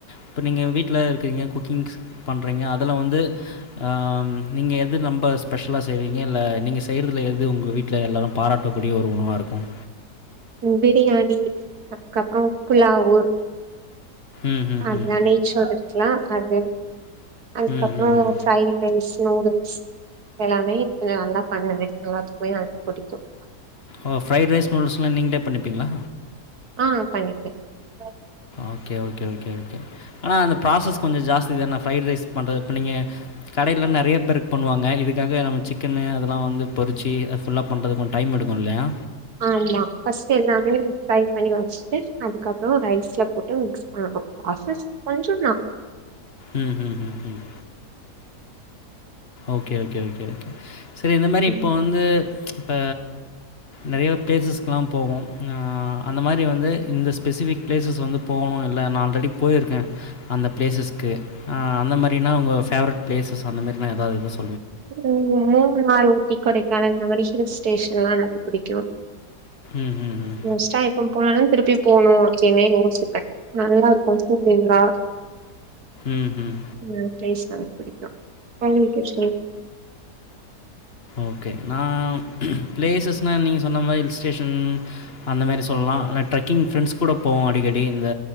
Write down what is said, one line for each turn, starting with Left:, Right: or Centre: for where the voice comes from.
Left: இப்ப நீங்க வீட்ல இருக்கிறீங்க குக்கிங்ஸ் பண்ணுறீங்க அதுல வந்து ஆஹ் நீங்க எது ரொம்ப ஸ்பெஷலா செய்வீங்க இல்ல நீங்க செய்றதுல எது எது உங்க வீட்ல எல்லாரும் பாராட்டக்கூடிய ஒரு உணவா இருக்கும்
Right: பிரியாணி அதுக்கப்புறம் புலாவு
Left: ம், ம்,
Right: அதா
Left: ம்.
Right: நெய் சோறு இருக்கலாம் அது அதுக்கப்புறம்
Left: ம், ம், ம்.
Right: ஃப்ரைட் ரைஸ் நூடுல்ஸ் எல்லாமே இப்ப நல்லா பண்ணுவே எல்லாத்துக்குமே அது புடிக்கும்
Left: ஓ ஃப்ரைட் ரைஸ் நூடுல்ஸ்லாம் நீங்களே பண்ணிப்பீங்களா
Right: ஆ <inaudible>
Left: ஓகே ஓகே ஓகே ஓகே ஆனா அந்த ப்ராசஸ் கொஞ்சோ ஜாஸ்திதான ஃப்ரைட் ரைஸ் பண்றது இப்ப நீங்க கடைல்லா நெறய பேர்க் பண்ணுவாங்க இதுக்காக நம்ம சிக்கன்னு அதுல்லா வந்து பொறுச்சி அது ஃபுல்லா பண்றதுக் கொஞ்ச டைம் எடுக்கு இல்லயா
Right: ஆமா பஸ்ட் எல்லாமே ஃப்ரை பண்ணி வச்சுட்டு அதுக்கப்ரோ ரைஸ்ல போட்டு மிக்ஸ் பண்ணணு ப்ராசஸ் கொஞ்சோதா
Left: ம் ஹும் ஹும் ஹும் ஓகே ஓகே ஓகே ஓகே சரி இந்த மாரி
Right: ம்
Left: இப்ப வந்து இப்ப நெறயா ப்ளேஸஸ்க்கெல்லா போவோ ஆஹ் அந்த மாரி வந்து இந்த ஸ்பெசிஃபிக் ப்ளேஸஸ் வந்து போணு இல்ல நா ஆல்ரெடி போயிருக்கே அந்த ப்ளேஸஸ்க்கு அந்த மாரின்னா உங்க ஃபேவரெட் ப்ளேஸஸ் அந்தமாரி மே எதாது இருந்தா சொ
Right: ம் ஒரே ஒரு நாள் டி கொடைக்கானல் அந்த மாரி ஹில் ஸ்டேஷன்ல்லா ரொம்ப பிடிக்கு
Left: ம்ஹ்ஹ்ம்.
Right: நெக்ஸ்டா எப்போ போனாலு திருப்பி போணு சென்னைன் யோசிப்பே நல்லா இருக்கு கூலிங்கா
Left: ம்ஹ்ம்.
Right: அந்த ப்ளேஸ் <inaudible> <inaudible>
Left: ஓகே நா ப்ளேஸஸ்னா நீங்க சொன்ன மார் ஹில் ஸ்டேஷன் அந்த மாரி சொல்லா ஆனா ட்ரக்கிங் ஃப்ரெண்ட்ஸ் கூட போவோ அடிக்க டி இந்த